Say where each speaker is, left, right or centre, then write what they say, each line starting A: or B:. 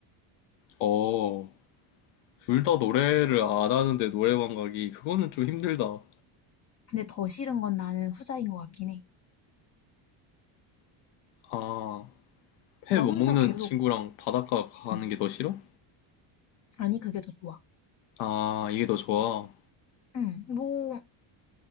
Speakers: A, on the left; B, on the left.
A: 어, 둘 다 노래를 안 하는데 노래방 가기. 그거는 좀 힘들다.
B: 근데 더 싫은 건 나는 후자인 것 같긴 해.
A: 아,
B: 나
A: 회 못
B: 혼자
A: 먹는
B: 계속,
A: 친구랑 바닷가 가는
B: 응.
A: 게 더 싫어?
B: 아니, 그게 더 좋아.
A: 아, 이게 더 좋아.
B: 응. 뭐,